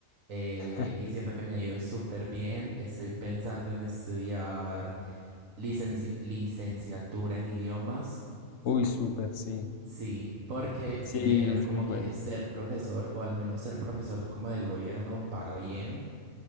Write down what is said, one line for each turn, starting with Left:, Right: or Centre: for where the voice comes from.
Right: eh,
Left: <laughs>
Right: y siento que me ha ido súper bien. Estoy pensando en estudiar Licenci- licenciatura en idiomas,
Left: Uy, súper, sí.
Right: sí, porque sí
Left: Sí,
Right: me dijeron
Left: es
Right: como
Left: muy
Right: que
Left: bueno.
Right: ser profesor o al menos ser profesor como del gobierno paga bien.